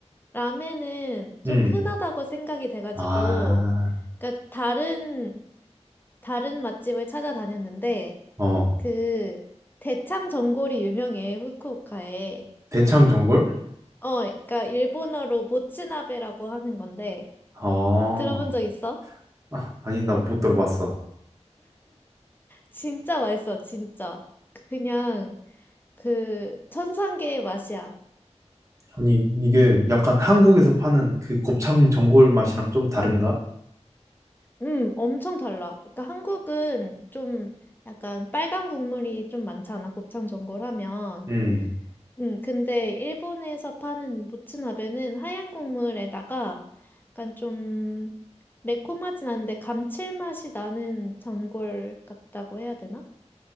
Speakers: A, on the left; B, on the right.
A: 라멘은 좀
B: 응.
A: 흔하다고 생각이 돼가지고,
B: 아,
A: 그러니까 다른 다른 맛집을 찾아다녔는데
B: 어,
A: 그 대창 전골이 유명해 후쿠오카에.
B: 대창전골?
A: 어, 그러니까 일본어로 모츠나베라고 하는 건데
B: 어,
A: 들어본 적 있어?
B: 아, 아, 아니, 나 못 들어봤어.
A: 진짜 맛있어, 진짜. 그냥 그 천상계의 맛이야.
B: 아니, 이게 약간 한국에서
A: 음.
B: 파는 그 곱창 전골 맛이랑 좀 다른가?
A: 음, 엄청 달라. 그러니까 한국은 좀 약간 빨간 국물이 좀 많잖아, 곱창 전골 하면.
B: 음,
A: 음, 근데 일본에서 파는 모츠나베는 하얀 국물에다가 약간 좀 매콤하진 않은데 감칠맛이 나는 전골 같다고 해야 되나?